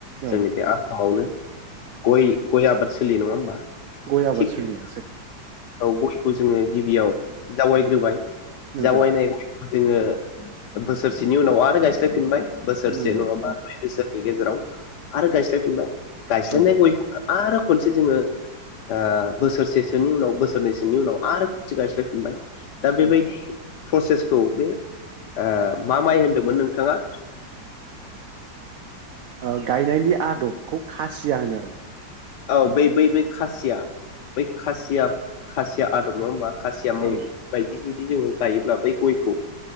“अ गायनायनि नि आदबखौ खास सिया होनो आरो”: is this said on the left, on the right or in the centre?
Right